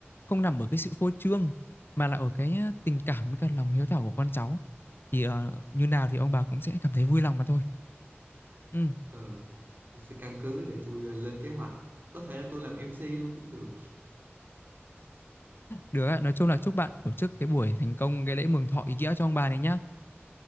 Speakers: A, on the left (about 55°); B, on the right (about 50°).
A: không nằm ở cái sự phô trương mà là ở cái ờ, tình cảm với cả lòng hiếu thảo của con cháu. Thì ờ, như nào thì ông bà cũng sẽ cảm thấy vui lòng mà thôi. Ừ,
B: ừ tôi sẽ căn cứ để tôi ờ, lên kế hoạch có thể là tôi làm MC luôn cũng được
A: được ạ. Nói chung là chúc bạn tổ chức cái buổi thành công cái lễ mừng thọ ý nghĩa cho ông bà này nhá.